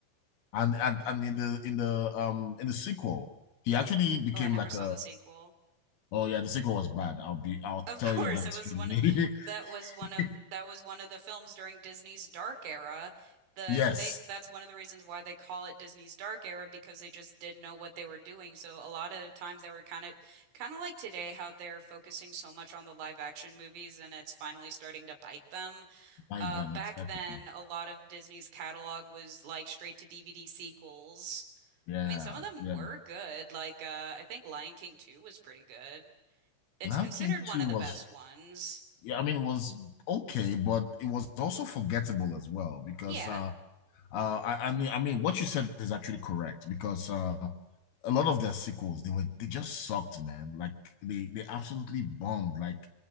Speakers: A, on the left; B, on the right.
A: and and, and in the in the um in the sequel he
B: Mm.
A: actually became
B: Oh, I never
A: like
B: saw
A: a
B: the sequel.
A: oh yeah the sequel was bad I'll be I'll tell
B: Of course,
A: you that
B: it was
A: straight
B: one
A: away.
B: that was one of
A: <laughs>
B: that was one of the films during Disney's dark era. The
A: Yes,
B: they that's one of the reasons why they call it Disney's dark era because they just didn't know what they were doing. So a lot of times they were kind of kind of like today how they're focusing so much on the live action movies and it's finally starting to bite them.
A: by
B: Uh,
A: them
B: back
A: exactly.
B: then, a lot of Disney's catalog was like straight to DVD sequels.
A: Yeah,
B: I mean, some of them
A: yeah.
B: were good. Like, uh, I think Lion King 2 was pretty good. It's
A: Lion
B: considered
A: King
B: one
A: 2
B: of
A: was
B: the best ones.
A: yeah I mean it was okay but it was also forgettable as well because
B: Yeah.
A: uh Uh, I, I mean, I mean, what you said is actually correct because uh, a lot of their sequels they were they just sucked, man. Like they they absolutely bombed. Like